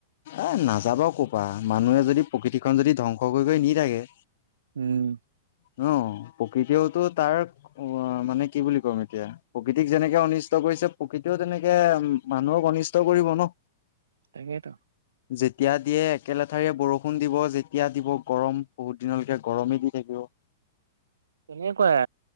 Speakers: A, on the left (about 55°); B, on the right (about 70°).
A: এ নাযাবা কবা। মানুহে যদি প্ৰকৃতিখন যদি ধ্বংস কৰি কৰি নি থাকে,
B: উম।
A: ন প্ৰকৃতিয়ওতো তাৰ অ মানে কি বুলি কম এতিয়া, প্ৰকৃতিক যেনেকে অনিষ্ট কৰিছে। প্ৰকৃতিও তেনেকে মানুহক অনিষ্ট কৰিব ন।
B: তাকেইটো।
A: যেতিয়া দিয়ে একে লঠাৰেে বৰষুণ দিব। যেতিয়া দিব গৰম বহুত দিনলৈকে গৰমেই দি থাকিব।
B: তেনেকুৱাই